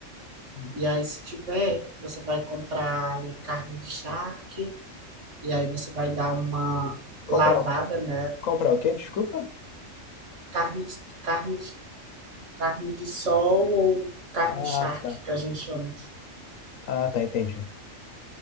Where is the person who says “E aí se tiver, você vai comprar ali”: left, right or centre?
Right